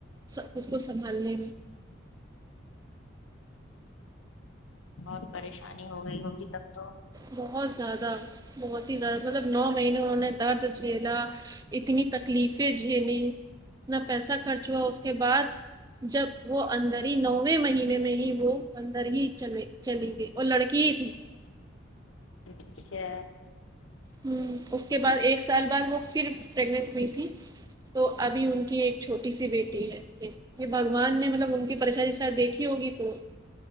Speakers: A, on the right; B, on the left.
A: سب خود کو سنبھالنے میں
B: بہت پریشانی ہو گئی ہوگی تب تو
A: بہت زیادہ بہت ہی زیادہ مطلب نو مہینے انہوں نے درد جھیلا اتنی تکلیفیں جھیلیں اتنا پیسہ خرچ ہوا اس کے بعد جب وہ اندر ہی نویں مہینے میں ہی وہ اندر ہی چلے چلی گئی اور لڑکی ہی تھی
B: اچھا
A: ہ اس کے بعد ایک سال بعد وہ پھر پریگنٹ ہوئی تھی تو ابھی ان کی ایک چھوٹی سی بیٹی ہے ایک یہ بھگوان نے مطلب ان کی پریشانی سر دیکھی ہوگی تو